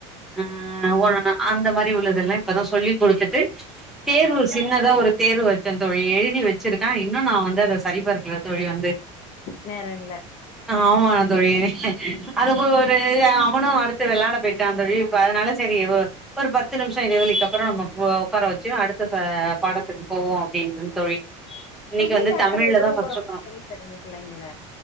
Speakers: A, in the centre; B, on the left (about 45°).
A: ஆ ஓரனா அந்த மாரி உள்ளதெல்லா இப்பதா சொல்லி குடுத்துட்டு தேர்வு சின்னதா ஒரு தேர்வு வச்சே தோழி எழுதி வச்சிருக்கா இன்னு நா வந்து அத சரிபாக்கல தோழி வந்து
B: நேரோ இல்ல
A: ஆமாங்க தோழி அது போ ஒரு அவனு அடுத்து வெளாட போயிட்டா தோழி அதனால செரி ஒரு பத்து நிமிஷம் இடைவேளைக்கு அப்பறோ நம்ம ஒக்கார வச்சு அடுத் து இப்ப பாடத்துக்கு போவோ அப்டின்டுது தோழி இன்னைக்கி
B: வெயில்
A: வந்து
B: நேரத்துல
A: தமிழ்ல
B: எப்டி
A: தா ஃபஸ்ட்டு எடுக்கணு
B: தோழி தரீங்க பிள்ளைங்கள